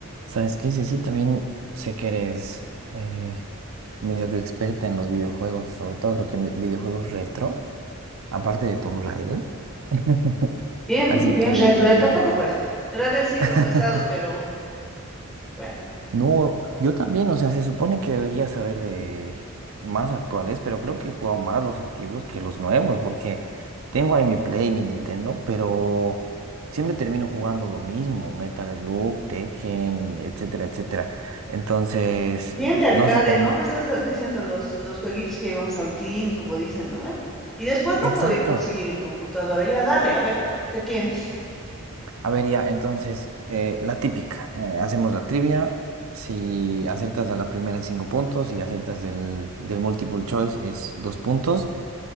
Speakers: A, on the right (about 70°); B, in the centre.
A: ¿Sabes qué, Ceci? También sé que eres eh, medio que experta en los videojuegos, sobre todo creo que en videojuegos retro, aparte de Tomb Raider. <laughs>
B: Bien,
A: Así
B: bien
A: que...
B: retro, ya tampoco pues, era del siglo
A: <laughs>
B: pasado, pero bueno,
A: No, yo también, o sea, se supone que debería saber de más actuales, pero creo que he jugado más los antiguos que los nuevos, porque tengo ahí mi Play, mi Nintendo, pero siempre termino jugando lo mismo, Metal Slug, Tekken, etcétera, etcétera. Entonces,
B: bien de arcade,
A: no sé si te
B: ¿no? Me estás ah, diciendo los, los jueguitos que íbamos al tilín, como dicen, ¿no? ve? Y después no
A: Exacto.
B: podía conseguir en computadora, ya dale, a ver, ¿qué tienes?
A: A ver, ya, entonces, eh, la típica. eh, hacemos la trivia. Si aciertas a la primera es cinco puntos, si aciertas del, del multiple choice es dos puntos.